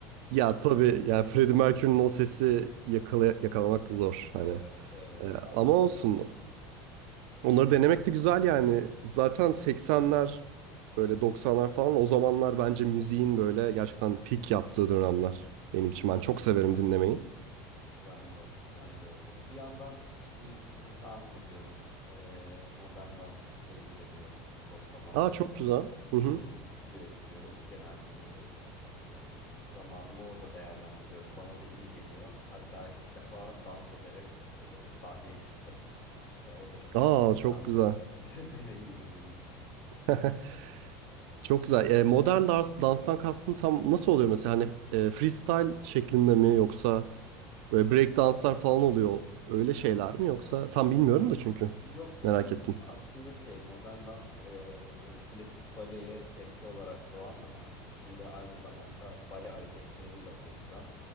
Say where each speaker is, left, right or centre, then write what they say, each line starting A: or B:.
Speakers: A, on the right; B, on the left.
A: Ya tabii yani Freddie Mercury'nin o sesi yakala yakalamak zor hani.
B: Evet, evet.
A: Ee, ama olsun. Onları denemek de güzel yani. Zaten 80'ler böyle 90'lar falan o zamanlar bence müziğin böyle gerçekten peak yaptığı dönemler benim için. Ben çok severim dinlemeyi.
B: Ben de, ben de öyle. Bir yandan işte bu- e, dans ediyorum. Ee, modern dansla ilgileniyorum boş zamanlarımda.
A: Aa çok güzel. Hı hı.
B: Evet, stüdyoya gidiyorum. Genelde böyle e, zamanımı orada değerlendiriyorum. Bana da iyi geliyor. Hatta ilk defa dans ederek e, sahneye çıktım. E, o da çok enteresan
A: Aa çok güzel.
B: bir <laughs> deneyimdi benim için.
A: <laughs>
B: E,
A: Çok güzel. E, modern dans, danstan kastın tam nasıl oluyor mesela? Hani e, freestyle şeklinde mi yoksa böyle break danslar falan oluyor. Öyle şeyler mi yoksa tam bilmiyorum da çünkü
B: Yok yani
A: merak ettim.
B: aslında şey modern dans e, böyle klasik baleye tepki olarak doğan ama içinde aynı zamanda bale hareketlerini de bulunduran